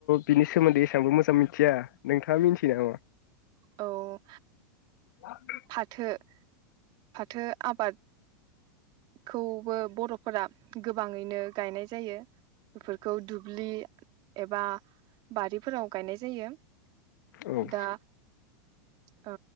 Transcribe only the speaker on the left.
बिनि सोमोन्दै एसांबो मोजां मिथिया नोंथाङा मिथि नामा?
मा <inaudible>
औ